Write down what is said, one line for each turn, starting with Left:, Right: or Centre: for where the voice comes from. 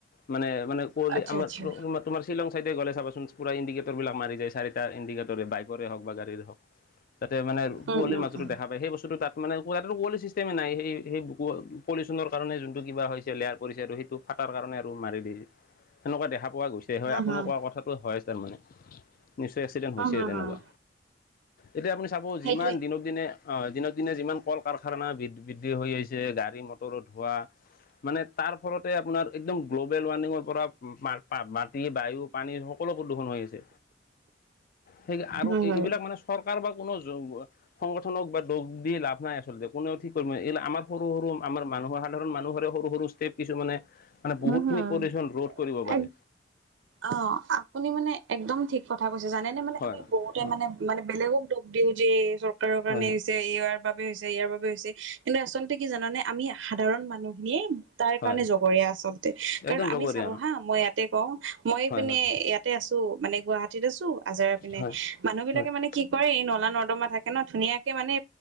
Left: মানে মানে কুঁৱলী
Right: আচ্ছা
Left: আমাৰ
Right: আচ্ছা
Left: <unintelligible> তোমাৰ শ্বিলং চাইডে গ'লে চাবচোন পুৰা ইণ্ডিকেটৰবিলাক মাৰি যায়, চাৰিটা ইণ্ডিকেটৰ, বাইকৰে হওঁক বা গাড়ৰে হওঁক। যাতে মানে
Right: উম
Left: কুৱলীৰ
Right: উম
Left: মাজতো
Right: উম
Left: দেখা পায় সেইবস্তুটো তাত মানে <unintelligible> ছিষ্টেমেই নাই, সেই সেই প-পলিউচনৰ কাৰণে যোনটো কিবা হৈছে, লেয়াৰ কৰিছে আৰু সেইটো ফাটাৰ কাৰণে আৰু মাৰি দি, হেনেকুৱা দেখা পোৱা গৈছে। সেয় হয়
Right: হম
Left: আপুনি
Right: হম
Left: কোৱা কথাটো হয় তাৰমানে, নিশ্চয় এক্সিডেণ্ট হৈছে
Right: হম হম
Left: তেনেকুৱা।
Right: হম
Left: এতিয়া আপুনি চাব
Right: সেইটোৱে
Left: যিমান দিনক দিনে অ' দিনক দিনে যিমান কল কাৰখানা বৃদ-বৃদ্ধি হৈ আহিছে, গাড়ী মটৰৰ ধোৱা মানে তাৰ ফলতে আপোনাৰ একদম গ্ল'বেল ৱাৰ্মিঙৰ পৰা <unintelligible> মাটি বায়ু পানীৰ সকলো প্ৰদূষণ হৈ আছে। সেই আৰু
Right: হয় হয়
Left: এইবিলাক মানে চৰকাৰ বা কোনো <unintelligible> সংগঠনক বা দুখ দি লাভ নাই আচলতে, কোনেও ঠিক কৰিব, এই আমাৰ সৰু সৰু, আমাৰ মানুহৰ সাধাৰণ মানুহৰে সৰু সৰু <unintelligible> কিছুমানে মানে বহুতখিনি
Right: হম হম
Left: <unintelligible> ৰোধ কৰিব পাৰে।
Right: এক অ' আপুনি মানে একদম ঠিক কথা কৈছে জানেনে, মানে
Left: হয়
Right: আমি বহুতে
Left: হয়
Right: মানে মানে বেলেগক দুখ দিওঁ যে চৰকাৰৰ কাৰণে
Left: হয় হয়
Right: হৈছে ইয়াৰ বাবে হৈছে, ইয়াৰ বাবে হৈছে কিন্তু আচলতে কি জানানে আমি সাধাৰণ মানুহখিনিয়ে তাৰ
Left: হয়
Right: কাৰণে জগৰীয়া আছ <unintelligible> কাৰণ
Left: একদম
Right: আমি
Left: জগৰীয়া
Right: চাব হা, মই ইয়াতে কওঁ মই
Left: হয়
Right: পিনে
Left: হয়
Right: ইয়াতে আছোঁ, মানে গুৱাহা টিত আছোঁ আজাৰা পিনে
Left: হয়
Right: মানুহবিলাকে
Left: হয়
Right: মানে কি কৰে, এই নলা নৰ্দমা থাকে ন' ধুনীয়াকে মানে,